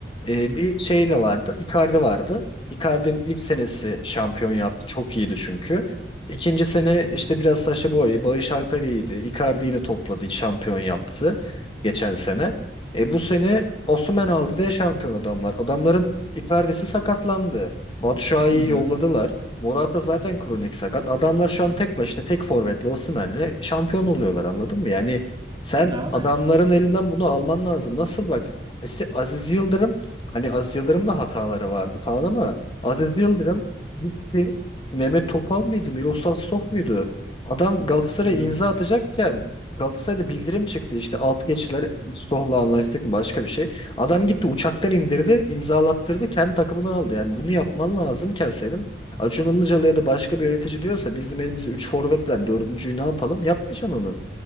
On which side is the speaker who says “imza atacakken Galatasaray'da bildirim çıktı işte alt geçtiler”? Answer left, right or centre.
Left